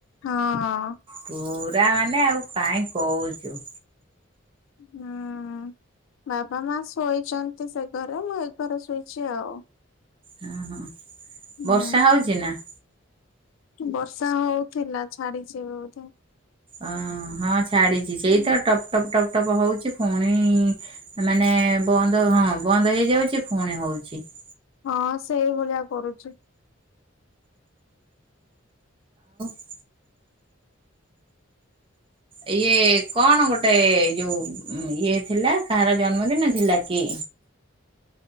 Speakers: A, on the left; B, on the right.
A: ଆଉ
B: ପୁରା ମାନେ, ଆଉ କାଇଁ କଉଚୁ।
A: <inaudible> ବାପା-ମା ଶୋଇଚନ୍ତି ସେ ଘରେ, ମୁଁ ଏ ଘରେ ଶୁଇଚି ଆଉ।
B: ହୁଁ
A: ହୁଁ
B: ବର୍ଷା ହଉଚି ନା?
A: ବର୍ଷା ହଉଥିଲା, ଛାଡ଼ିଚି ଏବେ ବଧେ।
B: ଅଁ ହଁ, ଛାଡ଼ିଚି। ସେଇତ
A: ହୁଁ
B: ଟପ୍ ଟପ୍ ଟପ୍ ଟପ୍ ହଉଚି ଫୁଣି। ମାନେ ବନ୍ଦ ହଁ, ବନ୍ଦ ହେଇ ଯାଉଚି ଫୁଣି ହଉଚି। <inaudible>
A: ହଁ ସେଇଭଳିଆ କରୁଛି।
B: <inaudible> ଇଏ କ'ଣ ଗୋଟେ ଯଉ ଇଏ ଥିଲା, କାହାର ଜନ୍ମଦିନ ଥିଲା କି?